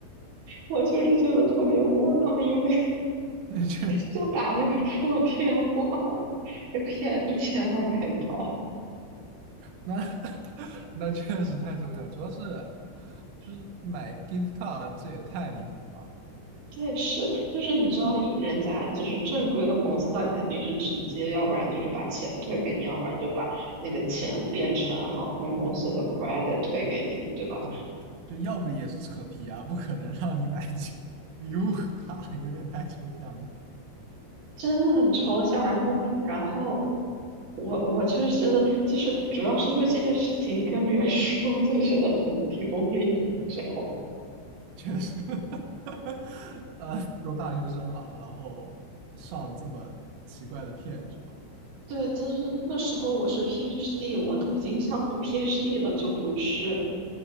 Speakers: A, on the right (about 55°); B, on the right (about 75°).
A: 我就是觉得特别窝囊，因为
B: <laughs> 那确实，
A: 就打那个 <laughs> 破电话，被骗一千二百刀。
B: 那 <laughs> 那确实太抽象，主要是就是买 gift card 这也太离谱了吧，
A: 对，是，就是你知道以人家就是正规的公司，他肯定是直接，要不然就是把钱退给你，要不然就把那个钱变成航空公司的
B: 嗯
A: credit 退给你嘛，对吧？
B: 就是就要不也是扯皮啊，不可能让你买起礼物卡，有点太抽象了。
A: 真的很抽象。然后，然后我我就是觉得，就是主要是因为这些事情，你跟别人说，就觉得很丢脸，你知道吗？
B: 确实，<laughs> 呃，都大学生了，然后上这么奇怪的骗是吧？
A: 对，就是那个时候我是 PhD，我都已经上了 PhD 了，就不是